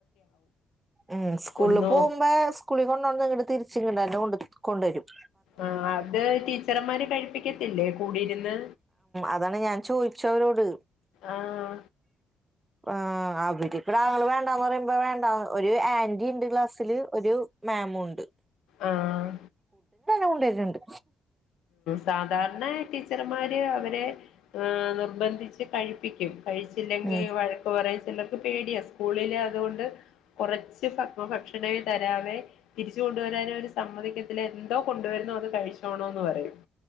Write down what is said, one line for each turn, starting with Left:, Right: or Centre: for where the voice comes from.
Right: ഉം സ്കൂൾല്
Left: ഒന്നു
Right: പോകുമ്പേ സ്കൂളിൽ കൊണ്ടോണത്ങ്ങട്ട് തിരിച് കൊണ്ട് കൊണ്ടരും
Left: ആഹ അത് ടീച്ചർമാര് കഴിപ്പിക്കത്തില്ലേ കൂടിയിരുന്ന്
Right: അതാണ് ഞാൻ ചോദിച്ചു അവരോട്
Left: ആഹ
Right: ആ അവര് കിടാങ്കൾ വേണ്ടാന്ന് പറയുമ്പോ വേണ്ട ഒരു ആന്റിണ്ട് ക്ലാസ്സില് ഒരു മേമുണ്ട്
Left: ആഹ
Right: കുണ്ടര്ന്ണ്ട്
Left: സാധാരണ ടീച്ചർമാര് അവരെ ഏഹ് നിർബന്ധിച്ച് കഴിപ്പിക്കും കഴിച്ചില്ലെങ്കി
Right: ഉം
Left: വഴക്ക്‌ പറിം നമ്മക്ക് പേടിയാ സ്കൂളില് അതുകൊണ്ട് കൊറച്ച് ഭ ഭക്ഷണെ തരാവേ തിരിച്ച് കൊണ്ടുവരാനവര് സമ്മതിക്കത്തില്ല എന്തോ കൊണ്ടുവരുന്നോ അത് കഴിച്ചോണോ പറയും